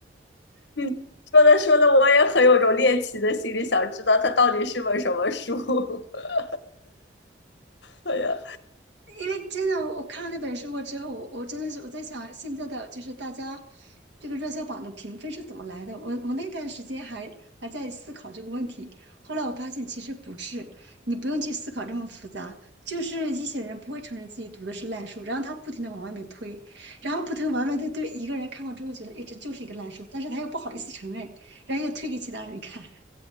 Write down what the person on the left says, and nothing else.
嗯，说的说的，我也很有种猎奇的心理，想知道它到底是本什么书。<laughs> 对呀，